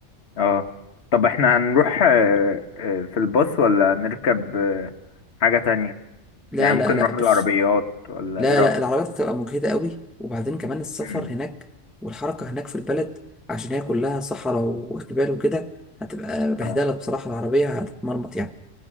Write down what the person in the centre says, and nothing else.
لا
لا لا
بص
لا
لا العربيات هتبقى مجهدة قوي وبعدين كمان السفر
هناك والحركة هناك في البلد عشان هي كلها صحراء وجبال وكده هتبقى بهدلة
بصراحة العربية هتتمرمط يعني